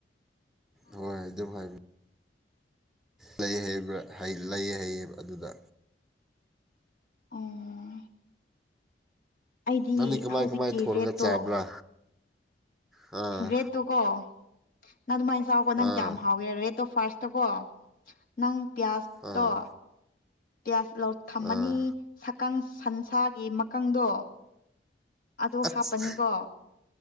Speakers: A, in the centre; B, on the left.
A: ꯍꯣꯏ ꯑꯗꯨꯝ ꯍꯥꯏꯕ ꯂꯩ ꯍꯥꯏꯕꯔꯥ ꯍꯥꯏ ꯂꯩ ꯍꯩꯏ ꯑꯗꯨꯗ
B: ꯑꯣ ꯑꯩꯗꯤ
A: ꯅꯪꯗꯤ ꯀꯃꯥꯏ
B: ꯍꯧꯖꯤꯛꯀꯤ
A: ꯀꯃꯥꯏ ꯊꯣꯡꯉꯒ
B: ꯔꯦꯠꯇꯣ
A: ꯆꯥꯕ꯭ꯔꯥ ꯑꯥ
B: ꯔꯦꯠꯇꯣꯀꯣ ꯅꯪ ꯑꯗꯨꯃꯥꯏꯅ ꯆꯥꯎꯀꯣ ꯅꯪ
A: ꯑꯥ
B: ꯀꯌꯥꯝ ꯍꯥꯎꯒꯦ ꯔꯦꯠꯇꯣ ꯐꯥꯔꯁꯇꯣ ꯀꯣ ꯅꯪ ꯄꯤꯌꯥꯁꯇꯣ
A: ꯑꯥ
B: ꯄꯤꯌꯥꯖ ꯂꯧ ꯊꯝꯃꯅꯤ
A: ꯑꯥ
B: ꯊꯀꯪ ꯁꯟꯁꯥꯒꯤ ꯃꯀꯪꯗꯣ ꯑꯗꯨ
A: ꯑꯁ
B: ꯍꯥꯞꯄꯅꯤꯀꯣ